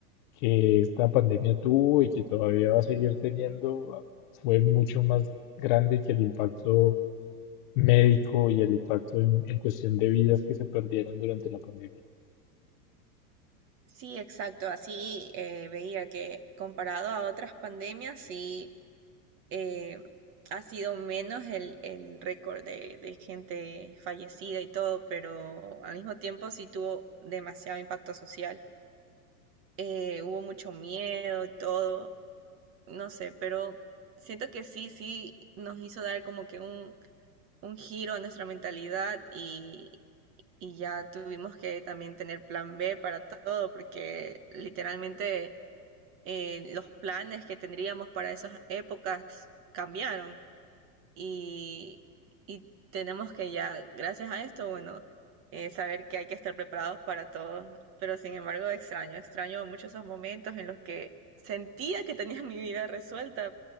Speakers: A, on the left (about 30°); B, on the right (about 25°).
A: que esta pandemia tuvo y que todavía va a seguir teniendo fue mucho más grande que el impacto médico y el impacto en en cuestión de vidas que se perdieron durante la pandemia.
B: Sí, exacto, así eh, veía que comparado a otras pandemias, sí eh, ha sido menos el, el récord de, de gente fallecida y todo, pero al mismo tiempo sí tuvo demasiado impacto social. Eh, hubo mucho miedo y todo, no sé, pero siento que sí, sí nos hizo dar como que un, un giro a nuestra mentalidad y, y ya tuvimos que también tener plan B para todo, porque literalmente eh, los planes que tendríamos para esas épocas cambiaron. y, y tenemos que ya, gracias a esto, bueno, eh, saber que hay que estar preparados para todo. Pero sin embargo, extraño, extraño mucho esos momentos en los que sentía que tenía <laughs> mi vida resuelta.